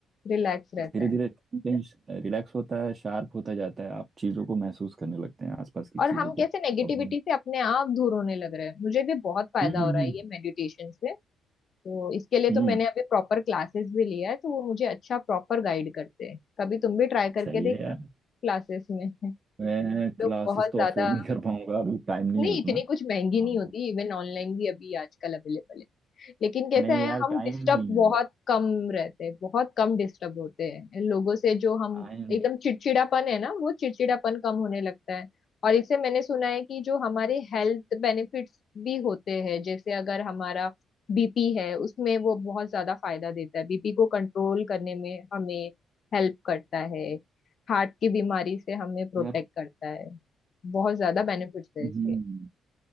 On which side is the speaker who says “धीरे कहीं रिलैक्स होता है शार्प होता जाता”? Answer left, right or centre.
Right